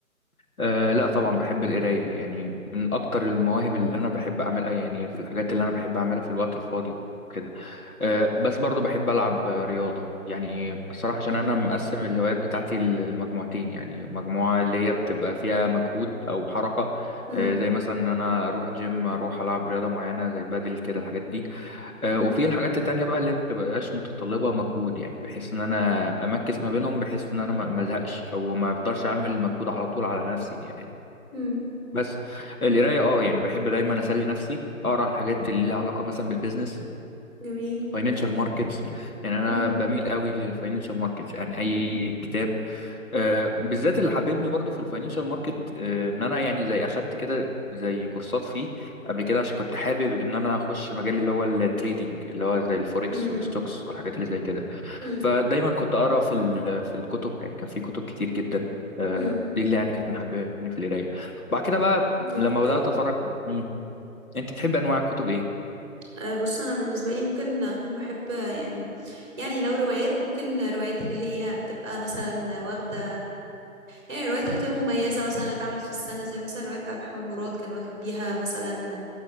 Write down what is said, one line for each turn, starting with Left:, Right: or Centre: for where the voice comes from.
Left: آه لا طبعا بحب القرايه يعني من اكتر المواهب اللي انا بحب اعملها يعني في الحاجات اللي انا بحب اعملها في الوقت الفاضي وكده
Right: مم.
Left: آه، بس برضو بحب ألعب آه، رياضة يعني الصراحة عشان
Right: مم.
Left: أنا مقسم الهوايات بتاعتي ل- لمجموعتين يعني مجموعة اللي هي بتبقى فيها مجهود أو حركة
Right: مم.
Left: آه، زي مثلا إن أنا أروح جيم أروح ألعب رياضة معينة زي بدل كده الحاجات دي آه،
Right: مم.
Left: وفي الحاجات التانية بقى اللي بتبقاش متطلبة مجهود يعني بحيث إن أنا أمكس ما بينهم بحيث إن أنا ما ما أزهقش أو ما أفضلش أعمل مجهود على طول على نفسي يعني
Right: مم.
Left: بس القراية اه يعني بحب دايما أسلي نفسي أقرأ الحاجات اللي ليها علاقة مثلا بالبيزنس
Right: جميل
Left: فاينانشال ماركتس يعني انا
Right: مم.
Left: بميل قوي للفاينانشال ماركتس يعني اي كتاب آه، بالذات اللي حببني برضو في الفاينانشال ماركت آه، ان انا يعني زي اخدت كده زي كورسات فيه قبل كده عشان كنت حابب ان انا اخش مجال اللي هو التريدينج اللي هو زي الفوركس
Right: مم.
Left: والستوكس والحاجات اللي زي كده
Right: مم.
Left: فدايما كنت اقرا في ال- في الكتب يعني كان في كتب كتير جدا آه،
Right: مم.
Left: دي اللي يعني كانت محببني في القرايه بعد كده بقى
Right: جميل
Left: لما بدات
Right: جدا
Left: اتفرج مم. انت بتحب انواع الكتب ايه
Right: أه بص انا بالنسبه لي ممكن اكون بحب يعني يعني لو روايات ممكن روايات اللي هي بتبقى مثلا واخده يعني الروايات اللي بتبقى مميزه مثلا اللي اتعملت في السنه زي مثلا الروايه بتاعت احمد مراد كان واخد بيها مثلا